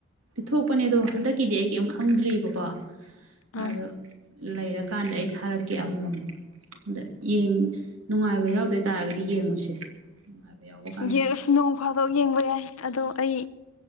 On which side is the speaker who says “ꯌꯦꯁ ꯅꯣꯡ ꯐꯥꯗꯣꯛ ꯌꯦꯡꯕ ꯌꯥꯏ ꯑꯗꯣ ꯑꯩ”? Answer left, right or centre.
Left